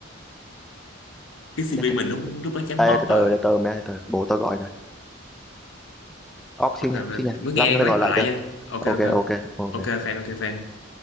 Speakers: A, on the left; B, in the centre.
A: cái CV
B: chết rồi.
A: mình lúc lúc đó chấm
B: Ê,
A: bóc
B: từ từ
A: à
B: từ từ mẹ từ bố tao gọi rồi off
A: ok
B: xíu nha
A: ok
B: off xíu nha
A: mới
B: lát
A: nghe
B: nó
A: lát
B: gọi lại
A: gọi lại
B: cho
A: nha ok
B: ok
A: ok
B: ok ok
A: ok fan ok fan